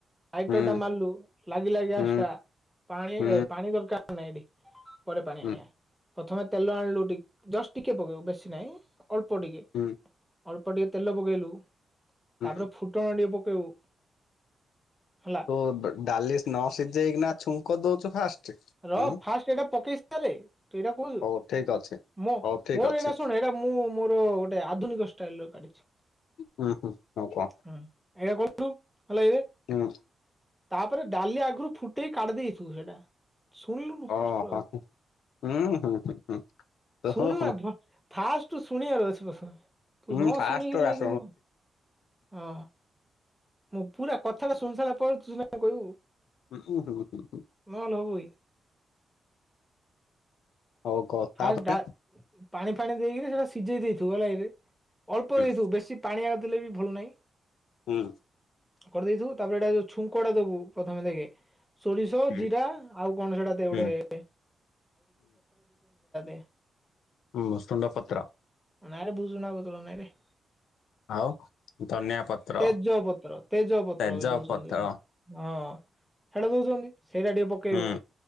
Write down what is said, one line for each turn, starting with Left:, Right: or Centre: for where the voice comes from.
Centre: ଲାଇଟର
Left: ହୁଁ
Centre: ଟା ମାରିଲୁ ଲାଗିଲା ଗ୍ୟାସ୍
Left: ହୁଁ
Centre: ଟା ପାଣି
Left: ହୁଁ
Centre: ପାଣି ଦରକାର ନାହିଁ ଏଠି ପରେ ପାଣି
Left: ହୁଁ
Centre: ଆଣିବା। ପ୍ରଥମେ ତେଲ ଆଣିଲୁ ଟିକ ଜଷ୍ଟ ଟିକେ ପକେଇବୁ ବେଶୀ ନାହିଁ। ଅଳ୍ପ ଟିକେ
Left: ହୁଁ
Centre: ଅଳ୍ପ ଟିକେ ତେଲ ପକେଇଲୁ
Left: ହୁଁ
Centre: ତାପରେ ଫୁ ଫୁଟଣ ଟିକେ ପକାଇବୁ ହେଲା?
Left: ତୁ ଡାଲି ନ ସିଝେଇକିନା ଛୁଙ୍କ ଦଉଛୁ ଫାଷ୍ଟ?
Centre: ର
Left: ହୁଁ
Centre: ଫାଷ୍ଟ ଏଇଟା ପକେଇ ସାରେ ତୁ ଏଇଟା <unintelligible>
Left: ହଉ ଠିକ ଅଛି
Centre: ମୋ
Left: ହଉ ଠିକ
Centre: ମୋର
Left: ଅଛି
Centre: ଏଇଟା ଶୁଣ ଏଇଟା ମୁଁ ମୋର ଗୋଟେ ଆଧୁନିକ ଷ୍ଟାଇଲ ର କାଢ଼ିଛି।
Left: ହୁଁ ହୁଁ ହଉ କହ
Centre: ହୁଁ, ଏୟା କଲୁ ହେଲା କିରେ?
Left: ହୁଁ
Centre: ତାପରେ ଡାଲି ଆଗରୁ ଫୁଟେଇି କାଢି ଦେଇଥିବୁ ସେଇଟା। ଶୁଣିଲୁନୁ
Left: ହଁ,
Centre: ଫାଷ୍ଟରୁ
Left: ହଁ, ହୁଁ, ହୁଁ, ହୁଁ ହୁଁ
Centre: ଶୁଣୁ
Left: ହଉ ହଉ
Centre: ନା ଫାଷ୍ଟ ଶୁଣିବାର <unintelligible> <unintelligible> ତୁ
Left: ହୁଁ
Centre: ନ
Left: ଫାଷ୍ଟ
Centre: ଶୁଣିକିରି <unintelligible>
Left: ଆସ।
Centre: ଆ ମୁଁ ପୁରା କଥାଡ଼ା ଶୁଣି ସାରିଲା ପରେ ତୁ ସିନା କଇବୁ।
Left: ହ୍ନୁ ହ୍ନୁ ହ୍ନୁ
Centre: <unintelligible>
Left: ହଉ କ ତାପରେ
Centre: ଆଉ ତା ପାଣି ଫାଣି ଦେଇକିରି ସେଇଡ଼ା ସିଝେଇ ଦେଇଥିବୁ ହେଲା କିରେ। ଅଳ୍ପ
Left: ହୁଁ
Centre: ଦେଇଥୁ ବେଶୀ ପାଣିଆଉ ଦେଲେ ବି ଭୁଲ୍ ନାଇଁ।
Left: ହ୍ନୁ
Centre: କର୍ଦେଇଥିବୁ ତାପରେ ଏଇଡ଼ା ଯୋଉ ଛୁଙ୍କଟା ଦେବୁ ପ୍ରାଥମେ ଦେଖ। ସୋରିଷ
Left: ହୁଁ
Centre: ଜିରା ଆଉ କଣ ସେଡ଼ା ତ ଗୋଟେ
Left: ହୁଁ
Centre: <unintelligible>
Left: ବୃସୁଙ୍ଗ ପତ୍ର।
Centre: ନାଇରେ ବୁଜୁନା ବଦଳ ନାଇଁରେ।
Left: ଆଉ ଧନିଆ ପତ୍ର
Centre: ତେଜ୍ଵପତ୍ର ତେଜପତ୍ର
Left: ତେଜ
Centre: ବି ଦଉଚନ୍ତି।
Left: ପତ୍ର
Centre: ଆଁ ହେଡ଼ା ଦଉଚନ୍ତି। ସେଇଡ଼ା ଟିକେ ପକେଇବୁ
Left: ହୁଁ